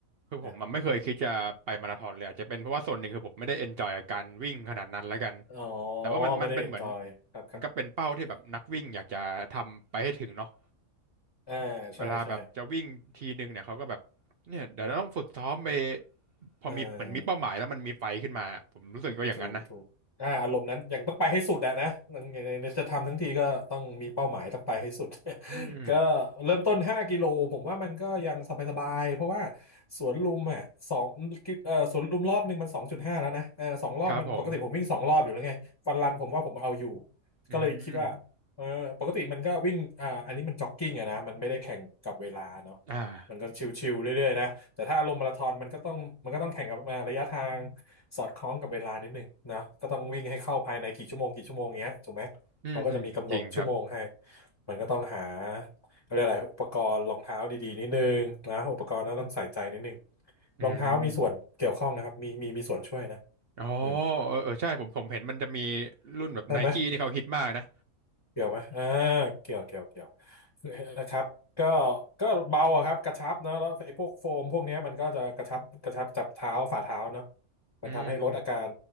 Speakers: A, on the right (about 55°); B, on the left (about 20°).
A: คือผมมันไม่เคยคิดจะไปมาราธอนเลยอาจจะเป็นเพราะว่าส่วนหนึ่งคือผมไม่ได้เอนจอยกับการวิ่งขนาดนั้นแล้วกัน
B: นะอ๋อ
A: แต่ว่ามันมันเป็นเหมือน
B: ไม่ได้เอนจอยครับครับ
A: มันก็เป็นเป้าที่แบบนักวิ่งอยากจะทำไปให้ถึงเนาะ
B: อ่าใช่ใช่
A: เวลาแบบจะวิ่งทีนึงเนี่ยเขาก็แบบเนี่ยเดี๋ยวเราต้องฝึกซ้อมไปพอมีเหมือนมีเป้าหมายแล้วมันมีไฟขึ้นมาผมรู้สึกว่าอย่างนั้นนะ
B: เออ ถูกถูกอ่าอารมณ์นั้นยังต้องไปให้สุดอะนะในในในจะทำทั้งทีก็ต้องมีเป้าหมายต้องไปให้สุด
A: อืม
B: <laughs> ก็เริ่มต้นห้ากิโลผมว่ามันก็ยังสบายๆเพราะว่าสวนลุมอ่ะสองเอ่อสวนลุมรอบหนึ่งมันสองจุดห้าแล้วนะเออสองรอบมันปกติผมวิ่งสองรอบอยู่แล้วไงฟันรันผมว่าผมเอาอยู่
A: ครับผม อืม
B: ก็เลยคิดว่าเออปกติมันก็วิ่งอ่าอันนี้มันจ็อกกิ้งอะนะมันไม่ได้แข่งกับเวลาเนาะ
A: อ่า
B: มันก็ชิวๆเรื่อยๆนะแต่ถ้าลงมาราธอนมันก็ต้องมันก็ต้องแข่งกับอ่าระยะทาง สอดคล้องกับเวลานิดนึงนะก็ต้องวิ่งให้เข้าภายในกี่ชั่วโมงกี่ชั่วโมงเงี้ยถูกไหมเขาก็จะมีกำหนดชั่วโมงให้
A: อืมอืมจริงครับ
B: มันก็ต้องหาเขาเรียกอะไรอุปกรณ์รองเท้าดีๆนิดนึงนะอุปกรณ์นั้นต้องใส่ใจนิดนึง
A: อืม
B: รองเท้ามีส่วนเกี่ยวข้องนะครับมีมีมีส่วนช่วยนะ
A: อ๋อ
B: อืม
A: เออเออใช่ผมผมเห็นมันจะมีรุ่นแบบไนกี้ที่เขาฮิตมากนะ
B: ใช่ไหม เกี่ยวไหมอ่าเกี่ยวเกี่ยว เกี่ยวคือครับก็ก็เบาอะครับกระชับเนอะแล้วไอ้พวกโฟมพวกเนี้ยมันก็จะกระชับกระชับจับเท้าฝ่าเท้าเนอะ
A: อืมอืม
B: มันทำให้ลดอาการ